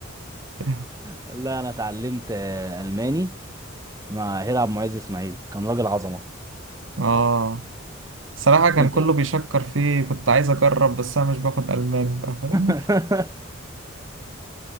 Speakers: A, on the right (about 80°); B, on the right (about 15°).
A: <laughs>
B: لا انا اتعلمت آه، الماني مع هيرعب معز اسماعيل كان راجل عظمه
A: اه صراحة كان
B: انت
A: كله بيشكر فيه كنت عايز أجرب بس أنا مش باخد ألماني بقى فاهم
B: <laughs>